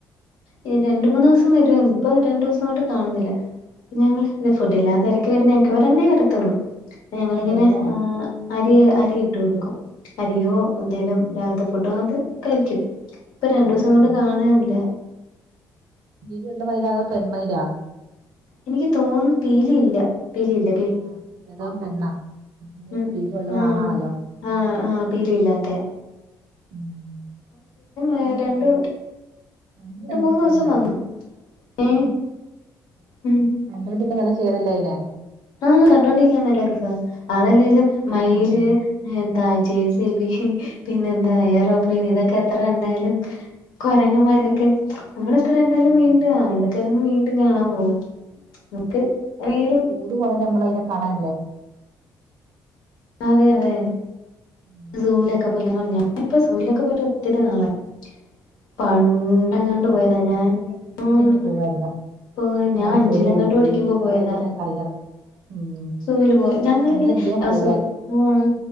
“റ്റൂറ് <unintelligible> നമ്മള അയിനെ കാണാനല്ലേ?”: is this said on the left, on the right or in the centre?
Right